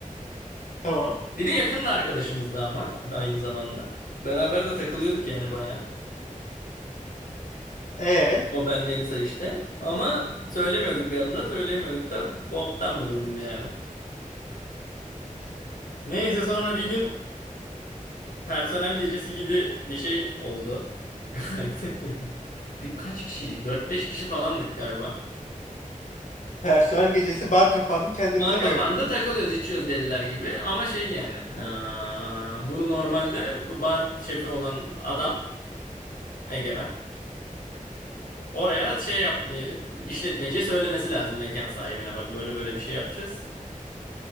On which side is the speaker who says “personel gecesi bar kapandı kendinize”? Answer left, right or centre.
Left